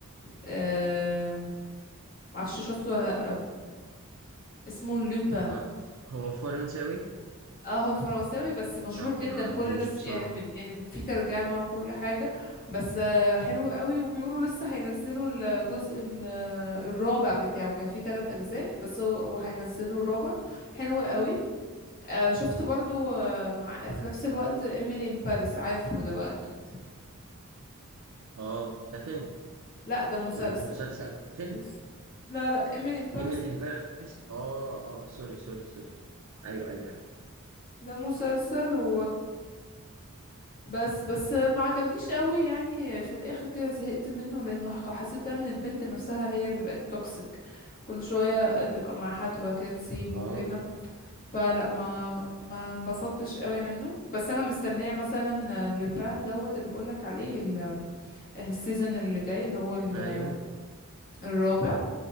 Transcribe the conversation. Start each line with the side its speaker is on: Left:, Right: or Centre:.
Left: آه معرفش شفته ولا لأ اسمه لوبان
Right: لا هو فرنساوي
Left: اه هو فرنساوي بس مشهور
Right: لا
Left: جدا
Right: ما اعرفوش
Left: كل الناس
Right: بصراحة
Left: يعني يعني في ترجمة وكل حاجة بس آه، حلو قوي وبيقولوا لسه هينزلوا الجزء ال- الرابع بتاعه كان في ثلاث أجزاء بس هو هو هينزلوا الرابع حلو قوي آه، شفت برضو آه، مع
Right: مم.
Left: في نفس الوقت ايميلي ان باريس عارفه ده بقى أكيد
Right: اه ده فيلم
Left: اه لا ده مسلسل
Right: ولا ده مسلسل فيلم
Left: بص لا لا ايميلي ان باريس
Right: ايميل ان باريس اه اه سوري سوري سوري ايوه ايوه أيوه.
Left: ده مسلسل و بس بس ما عجبنيش قوي يعني في الاخر كده زهقت منه لانه ح- حسيت بقى ان البنت نفسها هي اللي بقت توكسيك كل شوية آه، تبقى مع حد وبعد كده تسيبه
Right: اه
Left: وكده فلا ما ما انبسطتش قوي منه بس انا مستنية مثلا لوبان دوت اللي بقولك عليه ال- السيزون اللي جاي اللي هو ال-
Right: ايوه
Left: الرابع